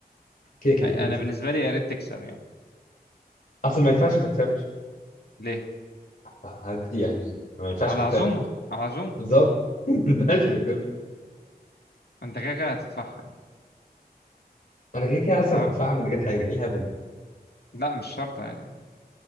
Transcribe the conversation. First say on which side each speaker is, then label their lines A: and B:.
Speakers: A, on the left (about 55°); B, on the left (about 75°).
A: كده كده
B: انا
A: انت
B: بالنسبة لي يا ريت تكسب يعني
A: اصلا ما ينفعش ما اكسبش
B: ليه
A: ه- هت... يعني ما ينفعش
B: على
A: ما اكسبش
B: عزومة على عزومة
A: بالظبط <laughs> ما ينفعش اكسب
B: انت كده كده هتدفعها
A: انا كده كده اصلا
B: أه،
A: هدفع من غير حاجه ايه الهبل ده
B: لا مش شرط عادي